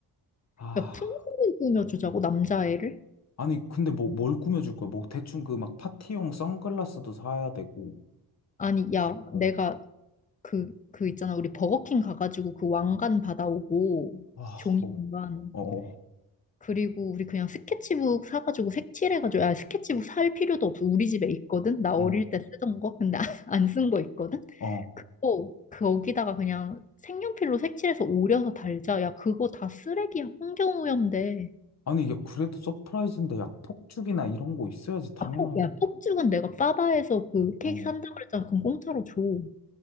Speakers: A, on the left (about 40°); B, on the left (about 20°).
A: 아.
B: 야 풍선을 꾸며주자고 남자애를
A: 아니, 근데 뭐, 뭘 꾸며줄 거야? 뭐, 대충 그 막 파티용 선글라스도 사야 되고,
B: 아니 야
A: 어,
B: 내가 그 그 있잖아 우리 버거킹 가가지고 그 왕관 받아오고
A: 아,
B: 종이 왕관
A: 어, 어,
B: 그리고 우리 그냥 스케치북 사가지고 색칠해가지고, 아, 스케치북 살 필요도 없어. 우리 집에 있거든? 나
A: 어,
B: 어릴 때 쓰던 거? 근데 안 <laughs> 쓴 거 있거든?
A: 어.
B: 그거, 거기다가 그냥 색연필로 색칠해서 오려서 달자. 야, 그거 다 쓰레기야. 환경오염돼.
A: 아니, 야, 그래도 서프라이즈인데, 야, 폭죽이나 이런 거 있어야지, 당연하게.
B: 아, 폭, 야, 폭죽은 내가 빠바에서 그 케이크
A: 어,
B: 산다고 그랬잖아. 그럼 공짜로 줘. 돈